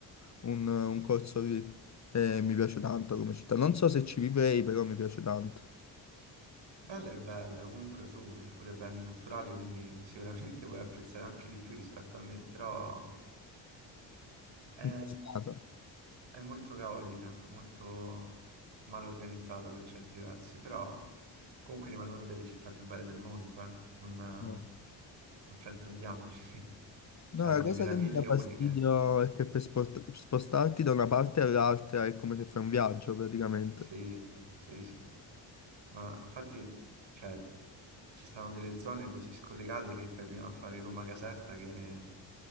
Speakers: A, on the left (about 35°); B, on the right (about 65°).
A: un, un corso lì e mi piace tanto come città. Non so se ci vivrei, però mi piace tanto.
B: Bella è bella, comunque tu fai pure beni culturali, quindi <laughs> sicuramente puoi apprezzare anche di più rispetto a me, però è,
A: Incasinato.
B: è molto caotica, molto mal organizzata per certi versi, però comunque rimane una delle città più belle del mondo, eh. Non,
A: No,
B: non fraintendiamoci, <laughs>
A: No,
B: c'ha
A: la
B: delle
A: cosa
B: meraviglie
A: che mi dà fastidio
B: uniche,
A: è che per sport- spostarti da una parte all'altra è come se fai un viaggio praticamente.
B: sì, sì, sì, ma infatti cioè, ci stanno delle zone così scollegate che fai prima a fare Roma-Caserta che...